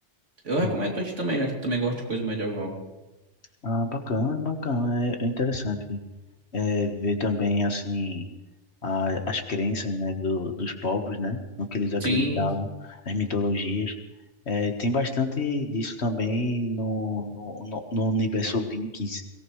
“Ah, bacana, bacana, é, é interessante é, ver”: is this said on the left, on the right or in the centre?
Left